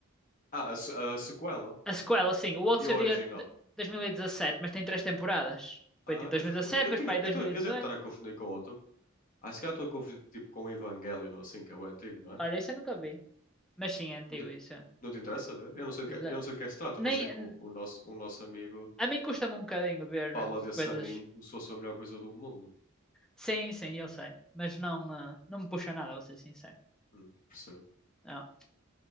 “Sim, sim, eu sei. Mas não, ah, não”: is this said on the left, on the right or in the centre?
Centre